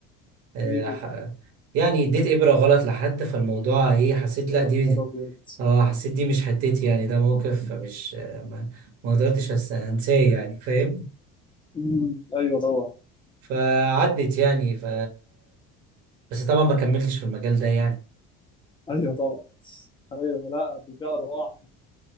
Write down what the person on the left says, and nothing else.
ليه كده
يا
نهار ابيض
مم. ايوه طبعا
ايوه طبعا ايوه لا دي فيها ارواح